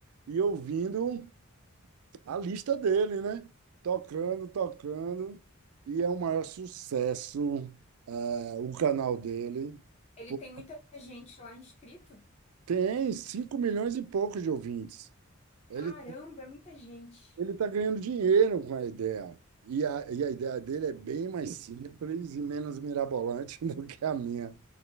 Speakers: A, on the right; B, on the left.
A: e ouvindo a lista dele, né? Tocando, tocando, e é o maior sucesso, ah, o canal dele.
B: Ele
A: Pô,
B: tem muita gente lá inscrito?
A: Tem 5 milhões e poucos de ouvintes.
B: Caramba,
A: Ele
B: é muita gente.
A: Ele está ganhando dinheiro com a ideia. E a, e a ideia dele é bem mais simples e menos mirabolante <laughs> do que a minha.